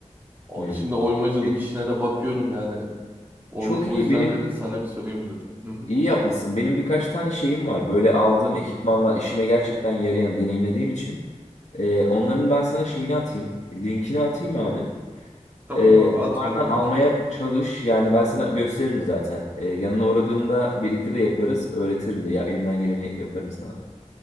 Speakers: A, on the right; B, on the left.
A: O,
B: Hmm.
A: şimdi oymacılık
B: E,
A: işine de bakıyorum yani. Onu,
B: çok
A: o
B: iyi
A: yüzden
B: benim
A: dedim sana bir sorayım dedim. Hı hı,
B: iyi yapmışsın. Benim birkaç tane şeyim var. Böyle aldığım ekipmanlar işime gerçekten yarayan deneyimlediğim için. E, onların
A: hı hı.
B: ben sana şeyini atayım. Linkini atayım abi.
A: Tamam
B: Ee,
A: abi
B: onlardan
A: at bana linkini.
B: almaya çalış. Yani ben sana gösteririm zaten. Ee, yanına uğradığımda birlikte de yaparız. Öğretirim de. Ya elimden geleni yaparım sana.